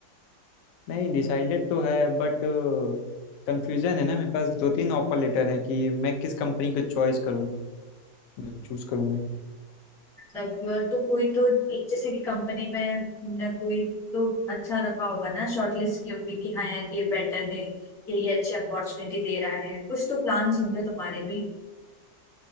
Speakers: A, on the left (about 70°); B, in the centre.
A: नहीं डिसाइडेड तो है बट कंफ्यूजन है ना मेरे पास दो तीन ऑफर लेटर हैं कि मैं किस कंपनी को चॉइस करूँ मतलब चूज़ करूँ मैं
B: मतलब तो कोई तो एक जैसे कि कंपनी में तुमने कोई तो अच्छा रखा होगा ना शॉर्टलिस्ट की होगी कि हाँ यार ये बेटर है ये ये अच्छी अपॉर्चुनिटी दे रहा है कुछ तो प्लान्स होंगे तुम्हारे भी